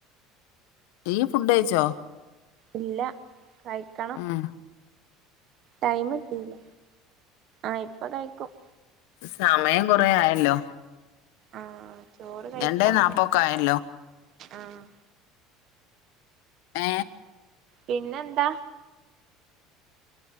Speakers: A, on the left; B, on the right.
A: ഈയ്യ് ഫുഡ് കഴിച്ചോ?
B: ഇല്ല കഴിക്കണം.
A: ആഹ്
B: ടൈം കിട്ടിയില്ല ആഹ് ഇപ്പൊ കഴിക്കും.
A: സമയം കൊറെ ആയാലോ.
B: ആഹ് ചോറ് കഴിക്കാൻ
A: രണ്ടേ നാപ്പൊക്കെ
B: ഇവിടെ
A: ആയല്ലോ
B: ആഹ്.
A: ഏ
B: പിന്നെന്താ